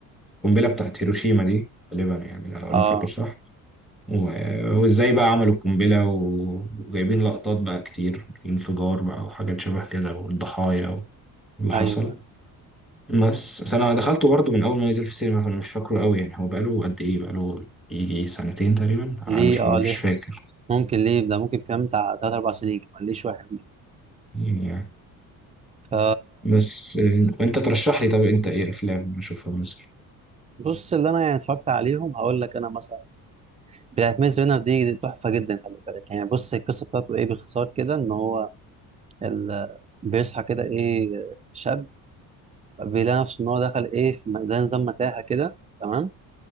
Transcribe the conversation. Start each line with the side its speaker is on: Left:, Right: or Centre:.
Centre: القنبلة بتاعت هيروشيما دي غالبا يعني لو
Right: اه
Centre: أنا فاكر صح و- وإزاي بقى عملوا القنبلة و- وجايبين لقطات بقى كتير الانفجار بقى وحاجات شبه كده والضحايا واللي حصل
Right: ايوه
Centre: بس بس أنا دخلته برضه من أول ما نزل في السينما فأنا مش فاكره قوي يعني هو بقاله قد إيه بقاله يجي سنتين تقريبا
Right: ليه
Centre: أنا مش
Right: اه
Centre: مش
Right: ليه
Centre: فاكر
Right: ممكن ليه ده ممكن كام بتاع تلات أربع سنين كمان ليه شوية حلوين
Centre: يعني يعني.
Right: ف
Centre: بس آه، وأنت ترشح لي طب أنت إيه أفلام أشوفها مثلا
Right: بص اللي أنا يعني اتفرجت عليهم هقول لك أنا مثلا بتاعت ميز رينر دي دي تحفة جدا خلي بالك يعني بص القصة بتاعته إيه باختصار كده إن هو ال... بيصحى كده إيه شاب بيلاقي نفسه إن هو دخل إيه في م- زي نظام متاهة كده تمام